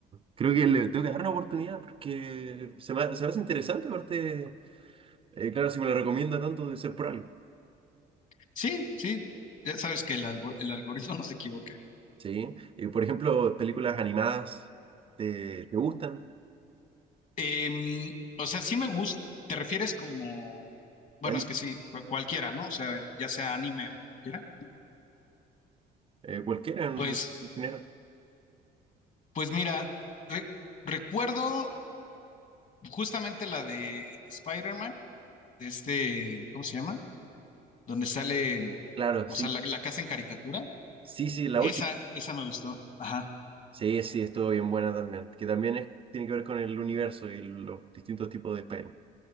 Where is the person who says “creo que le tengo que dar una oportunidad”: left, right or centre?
Right